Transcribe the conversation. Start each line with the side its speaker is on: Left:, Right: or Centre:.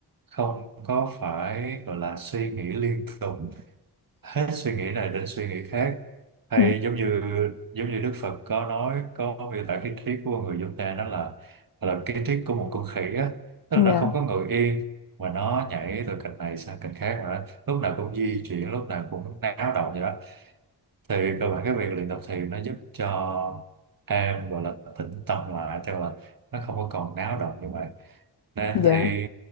Right: không có phải gọi là suy nghĩ liên tục hết suy nghĩ này đến suy nghĩ khác hay
Left: Ừ,
Right: giống như giống như Đức Phật có nói có miêu tả cái triết của người chúng ta đó là là cái triết của một con khỉ á tức
Left: dạ
Right: là nó không có ngồi yên mà nó nhảy từ cành này sang cành khác mà nó lúc nào cũng di chuyển lúc nào cũng náo động vậy đó thì cơ bản cái việc luyện tập thiền nó giúp cho em gọi là tĩnh tâm lại tức là nó không có còn náo động như vậy nên
Left: dạ
Right: thì